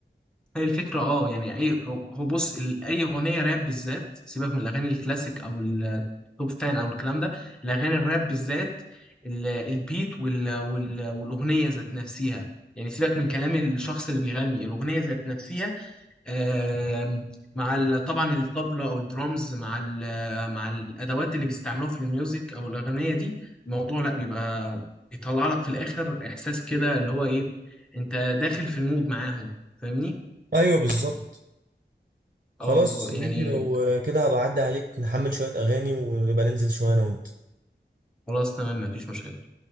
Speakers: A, in the centre; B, on the right.
A: هي الفكرة اه يعني اي هو بص ال- اي اغنية راب بالذات سيبك من الاغاني الكلاسيك او التوب فان او الكلام ده الاغاني الراب بالذات ال- البيت وال وال والاغنية ذات نفسها يعني سيبك من كلام الشخص اللي بيغني الاغنية ذات نفسها آم، مع ال- طبعا الطبلة او الدرامز مع ال مع الادوات اللي بيستعملوها في الميوزك او الاغنية دي الموضوع لا بيبقى يطلع لك في الاخر احساس كده اللي هو ايه انت داخل في المود معاهم فاهمني
B: ايوه بالظبط خلاص
A: اه بالظبط
B: يا
A: يعني
B: صديقي لو كده هبقى اعدي عليك نحمل شويه اغاني ونبقى ننزل شويه انا وانت
A: خلاص تمام مفيش مشكلة